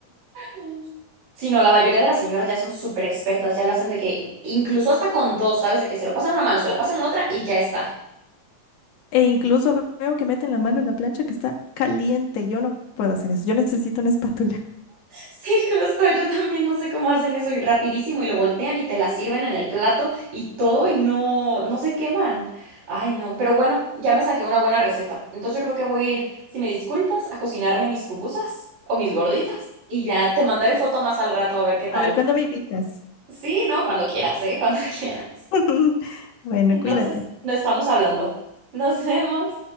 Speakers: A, on the right; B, on the left.
A: <laughs> Sí, no, la mayoría de las señoras ya son súper expertas, ya lo hacen de que incluso hasta con dos, ¿sabes? De que se lo pasan a una mano, se la pasan a la otra y ya está.
B: E incluso ve- veo que meten la mano en la plancha que está caliente. Yo no puedo hacer eso. Yo necesito una espátula.
A: Sí, justo, yo también no sé cómo hacen eso y rapidísimo y lo voltean y te la sirven en el plato y todo y no, no se queman. Ay, no, pero bueno, ya me saqué una buena receta. Entonces yo creo que voy a ir, si me disculpas, a cocinarme mis pupusas o mis gorditas y ya te mandaré foto más al rato a
B: <laughs>
A: ver qué tal.
B: A ver, ¿cuándo me invitas?
A: Sí, no, cuando quieras, ¿eh? <laughs> Cuando quieras.
B: <laughs> Bueno,
A: Entonces,
B: cuídate.
A: no estamos hablando. Nos vemos.